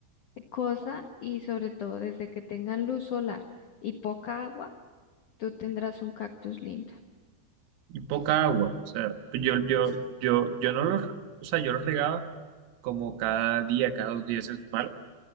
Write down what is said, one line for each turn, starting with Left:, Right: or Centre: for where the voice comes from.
Left: cosa y sobre todo desde que tengan luz solar y poca agua, tú tendrás un cactus lindo.
Right: Y poca agua, o sea, pues yo, yo,
Left: Sí,
Right: yo, yo no los, o sea, yo los regaba como cada día, cada dos días, eso es malo.